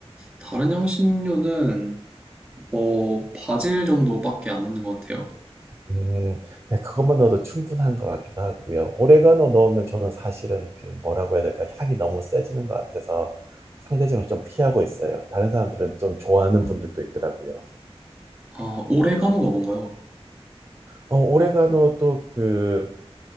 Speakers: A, in the centre; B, on the right.
A: 다른 향신료는 뭐 바질 정도밖에 안 넣는 것 같아요.
B: 음, 네, 그것만 넣어도 충분한 것 같기도 하고요. 오레가노 넣으면 저는 사실은 그 뭐라고 해야 될까 향이 너무 세지는 것 같아서 상대적으로 좀 피하고 있어요. 다른 사람들은 좀 좋아하는 분들도 있더라고요.
A: 아, 오레가노가 뭔가요?
B: 어, 오레가노도 그